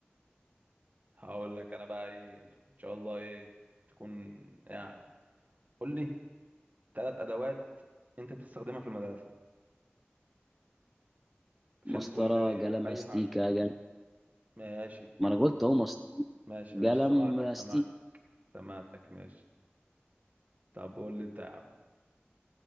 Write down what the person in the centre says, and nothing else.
مسطرة
قلم
استيكة
قلم
ما أنا قلت أهو مسطرة
قلم
استيكة